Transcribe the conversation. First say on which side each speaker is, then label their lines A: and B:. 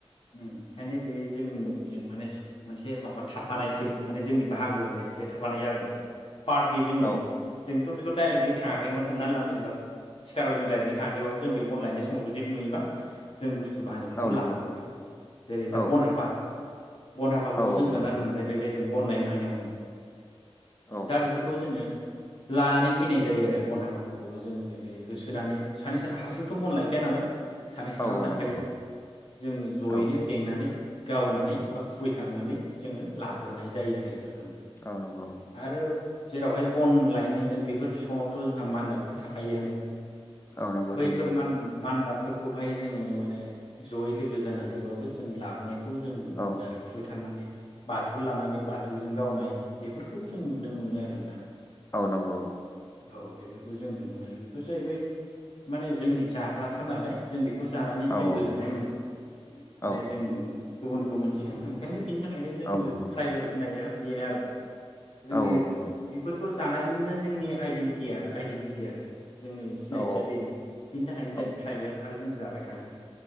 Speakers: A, on the left; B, on the left.
A: उम ओंखायनो बे जोंजों माने जो मोनसे माबा थाफानायसो माने जोंनि बाहागो होननायसो थाफानाय आरो मोनसे। पार्ट बे जोंनि
B: औ
A: माने जोंथ' बेफ बेखौ डाइरेक्टलि थाङाखैमोन हमनानै ला जेनेबा सिखाराव जों डायरेक्टलि थाङाखैबाबो जों बे बन लायनाय समाव जुदि नुयोबा जों बुस्थ बानिखौ
B: औ नंगौ
A: लाना फैफादोंं। जेरै दा
B: औ
A: बन हापा। बन हापाखौबो
B: औ औ
A: जों दाना
B: नंगौ
A: नुनायबाय जायो जों बन लायनो थांनायावनो।
B: औ
A: दा बिफोरखौ जोङो। लानानै फैनाय जायो आरो बन हाबाफोरखौबो जों जोदि होसोनानै सानै सा हारसिंथ' बन लायखाया नालाय। सानै साथाम
B: औ
A: थांखायो
B: नंगौ
A: जोंङो। ज'यैनो
B: औ
A: बेंना नै गावनानै बा खुबैथारनानै जोङो लाबहोनाय जायो आरो इफोर
B: औ नंगौ औ
A: आरो जेरावहाय बन लायनो थांगोन बेफोर फिफाङावथ' जोंहा मान्दाबफोर थाखायोआनो।
B: औ नंगौ
A: बैफोर
B: थायो
A: मान-मान्दाब। फोरखौहाय जोङो माने जयै लोगो जानान नैबाबो जों लाबोनायख खौ जों नुनो
B: औ
A: मोनो आरो खुबैथारनानै। बाथुल लानानै बाथुलजों गावनाय बेफोरखौ जों नुनो मोनो आरो नोंथां।
B: औ नांगौ।
A: औ बेफोरखौ जों नुनो मोनो बेफोर जाहैबाय माने जोंनि जाग्रा थाननानै जों बेख खौ जानानै
B: औ
A: जों गोजोननाय मोनो। माने
B: औ
A: जों गुबुनखौ मिथिया ओंखायनो बिनि थाखायनो जोङो
B: औ नंगौ
A: ट्राइबेल होननाया बेनो आरो। जोंनि
B: औ औ नंगौ
A: बेफोरखौ जानायनो जोंनि आइडेन्टिया आइडेन्टिटि आरो। जोंनि सिनायथिया
B: औ
A: बेनो बिनि थाखायनो जों
B: औ
A: ट्राइबेल आरो जों जाबाय थागोन